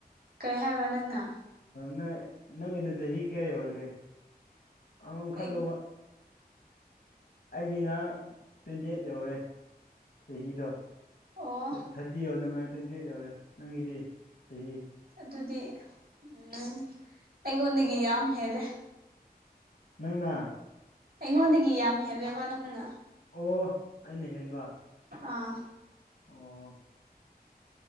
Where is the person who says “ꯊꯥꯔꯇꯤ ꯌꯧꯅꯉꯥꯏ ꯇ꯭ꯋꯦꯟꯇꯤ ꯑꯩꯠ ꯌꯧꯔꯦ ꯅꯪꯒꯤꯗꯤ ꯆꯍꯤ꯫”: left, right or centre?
Left